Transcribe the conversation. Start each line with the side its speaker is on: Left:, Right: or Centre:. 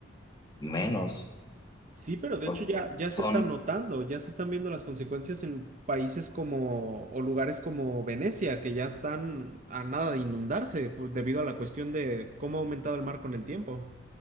Left: menos,
Right: Sí, pero de
Left: porque
Right: hecho ya, ya
Left: son,
Right: se está notando, ya se están viendo las consecuencias en países como o lugares como Venecia, que ya están a nada de inundarse pu- debido a la cuestión de cómo ha aumentado el mar con el tiempo.